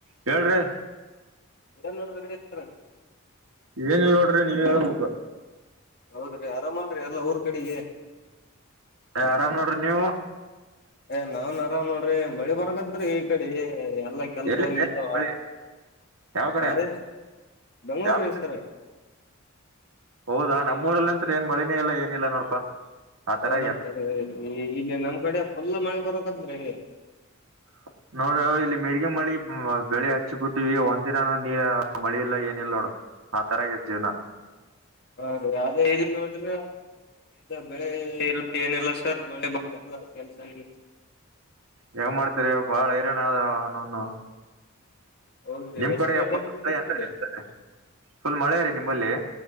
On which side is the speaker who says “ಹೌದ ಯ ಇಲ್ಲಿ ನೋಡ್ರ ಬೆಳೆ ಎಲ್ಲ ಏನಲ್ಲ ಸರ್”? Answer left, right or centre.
Left